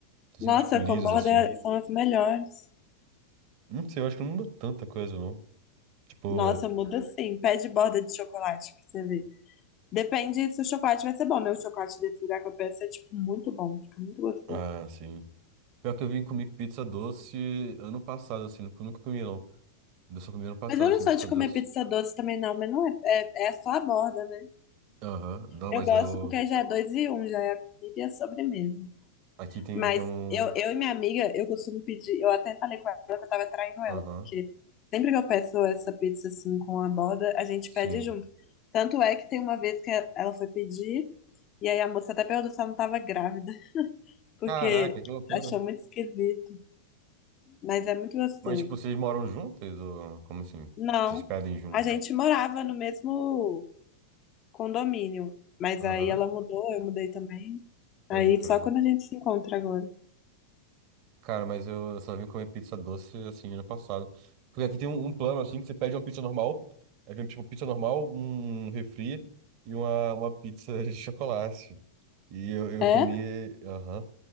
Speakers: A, on the right (about 45°); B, on the left (about 35°).
A: São
B: Nossa,
A: sempre, tipo, lisas,
B: com borda
A: assim.
B: são as melhores.
A: Não sei, eu acho que não muda tanta coisa, não. Tipo,
B: Nossa, muda sim. Pede borda de chocolate pra você ver. Depende se o chocolate vai ser bom, né? O chocolate desse lugar que eu peço é, tipo, muito bom. Fica muito gostoso.
A: ah, sim. Pior que eu vim comer pizza doce ano passado, assim. Nunca nunca comi, não. Eu só comi ano passado,
B: Mas eu não
A: assim,
B: sou
A: pizza
B: de comer
A: doce.
B: pizza doce também, não. Mas não é, é, é só a borda, né?
A: Aham. Não,
B: Eu
A: mas
B: gosto
A: eu.
B: porque aí já é dois e um, já é a comida e a sobremesa.
A: Aqui tem,
B: Mas
A: tem um.
B: eu, eu e minha amiga, eu costumo pedir. Eu até falei com ela que eu tava traindo ela,
A: Aham.
B: porque sempre que eu peço essa pizza assim com a borda, a gente
A: Sim.
B: pede junto. Tanto é que tem uma vez que ela foi pedir, e aí a moça até perguntou se ela não tava grávida, <laughs> porque
A: Caraca, que loucura.
B: achou muito esquisito, mas é muito gostoso.
A: Mas, tipo, vocês moram juntas? Ou como assim?
B: Não,
A: Vocês pedem juntas?
B: a gente morava no mesmo condomínio, mas
A: Aham.
B: aí ela mudou, eu mudei também.
A: Pode
B: Aí
A: crer.
B: só quando a gente se encontra agora.
A: Cara, mas eu só vim comer pizza doce assim ano passado. Porque aqui tem um, um plano assim que você pede uma pizza normal, aí vem tipo pizza normal, um refri e uma, uma pizza de chocolate. E eu, eu
B: É?
A: comi, aham.